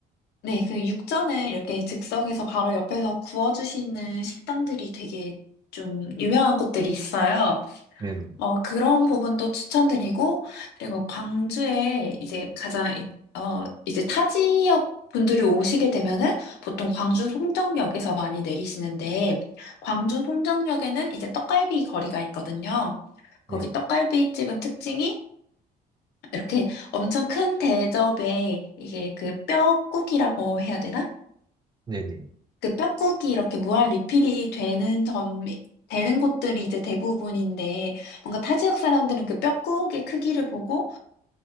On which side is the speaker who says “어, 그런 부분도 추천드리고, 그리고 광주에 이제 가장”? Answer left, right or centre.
Left